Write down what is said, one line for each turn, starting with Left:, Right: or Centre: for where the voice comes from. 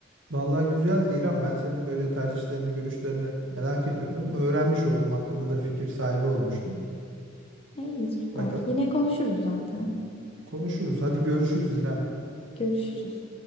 Right: Vallahi güzeldi İrem. Ben senin böyle tercihlerini, görüşlerini merak ediyordum. Öğrenmiş oldum. Hakkında da fikir sahibi olmuştum.
Left: İyi süper.
Right: Bakalım
Left: Yine konuşuruz zaten.
Right: konuşuruz. Hadi görüşürüz İrem.
Left: Görüşürüz.